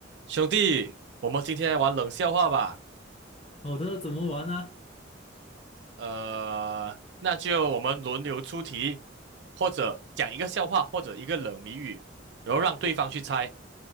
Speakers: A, on the right; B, on the left.
A: 兄弟，我们今天来玩冷笑话吧。
B: 好的，怎么玩呢、
A: 呃，那就我们轮流出题，或者讲一个笑话，或者一个冷谜语，然后让对方去猜。